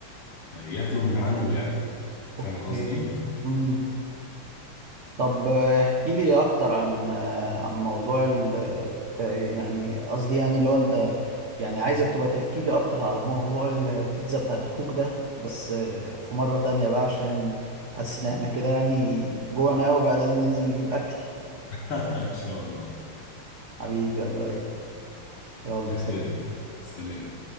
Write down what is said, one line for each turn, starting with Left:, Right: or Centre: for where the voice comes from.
Left: ياكلوا من عنده يعني فاهم
Right: اوكي
Left: قصدي؟
Right: مم. طب آه، احكي لي اكتر عن آه، عن موضوع ال آه، يعني قصدي يعني لو انت يعني عايزك تبقى تحكي لي اكتر على موضوع البيتزا بتاعت اخوك ده بس آه، في مرة تانية بقى عشان حاسس ان احنا كده يعني جوعنا قوي بقى لازم ننزل نجيب اكل
Left: <laughs> ان شاء الله
Right: حبيبي يا لؤي يلا
Left: <laughs>
Right: سلام
Left: سلام